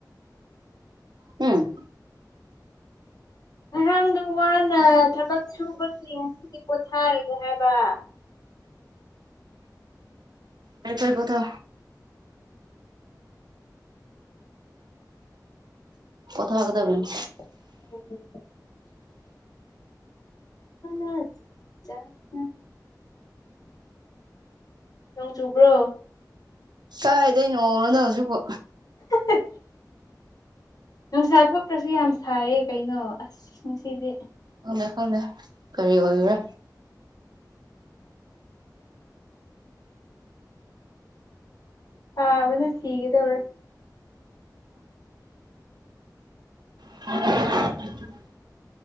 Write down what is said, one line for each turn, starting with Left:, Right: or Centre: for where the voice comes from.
Right: ꯎꯝ
Left: ꯉꯔꯥꯡꯗꯣ ꯋꯥꯅ ꯊꯕꯛ ꯁꯨꯕꯒꯤ ꯉꯁꯤꯗꯤ ꯄꯣꯊꯥꯔꯒꯦ ꯍꯥꯏꯕ
Right: ꯍꯥꯏꯥꯏ ꯐꯥꯏ ꯀꯣꯊꯣ ꯀꯣꯊꯥ ꯍꯗꯕꯅꯤ
Left: <unintelligible> ꯍ ꯆ ꯆ ꯅꯣꯡ ꯆꯨꯕ꯭ꯔꯣ
Right: ꯀꯥꯏꯗꯩ ꯅꯣꯡ ꯅꯣꯗ ꯍꯧꯖꯤꯛꯄꯨ
Left: <unintelligible> ꯅꯨꯡꯁꯥ ꯊꯣꯛꯇ꯭ꯔꯁꯨ ꯌꯥꯝ ꯁꯥꯏꯌꯦ ꯀꯩꯅꯣ ꯑꯁ ꯅꯨꯡꯁꯤꯗꯤ
Right: ꯈꯪꯗꯦ ꯈꯪꯗꯦ ꯀꯔꯤ ꯑꯣꯏꯔꯤꯔ
Left: ꯍꯥꯕꯟ ꯁꯤꯒꯗꯕ꯭ꯔꯦ
Right: <unintelligible>